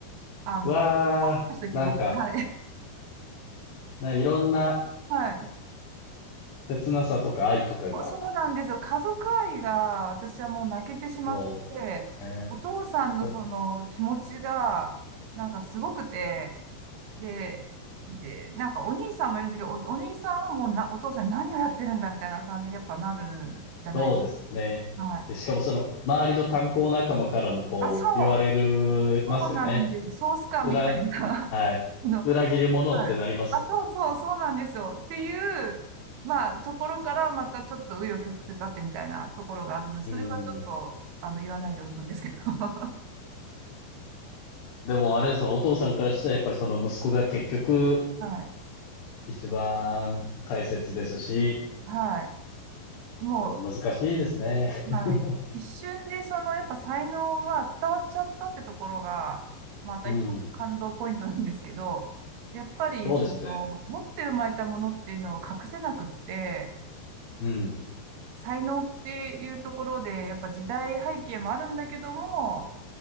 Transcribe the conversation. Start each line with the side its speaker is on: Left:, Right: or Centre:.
Right: あの、
Left: わあ、
Right: しときます。
Left: なんか、
Right: はい。
Left: ないろんな
Right: <laughs> はい。
Left: 切なさとか愛とかが、
Right: そうなんですよ。家族愛が私はもう泣けてしまって、
Left: そうですね。
Right: お父さんのその気持ちがなんかすごくて、
Left: そ
Right: で、で、なんかお兄さんもいるんですけど、お、お兄さんはもうな、お父さんに何をやってるんだみたいな感じにやっぱなるじゃない。
Left: そうですね。
Right: はい。
Left: で、しかもその、周りの炭鉱仲間からもこう、
Right: あ、そう、
Left: 言われるますよね。
Right: そうなんです。ソースかみたいな
Left: 裏、はい。
Right: <laughs> あの、
Left: 裏切り者ってなりますよ。
Right: はい。あ、そうそう、そうなんですよ。っていう、まあ、ところからまたちょっと紆余曲折あってみたいなところがあるので、それはちょっと、
Left: うん。
Right: あの、言わないでおくんですけど。<laughs>
Left: でもあれですよ、お父さんからしたらやっぱりその息子が結局、
Right: はい。
Left: 一番大切ですし、
Right: はい。も
Left: そう、難しいですね。
Right: う、
Left: <laughs>
Right: はい。一瞬で、その、やっぱ才能が伝わっちゃったってところが、また一個感動ポイントなんですけど、
Left: うん。
Right: やっぱり、
Left: そうですね。
Right: その、持って生まれたものっていうのを隠せなくって、
Left: うん。
Right: 才能っていうところで、やっぱ時代背景もあるんだけども、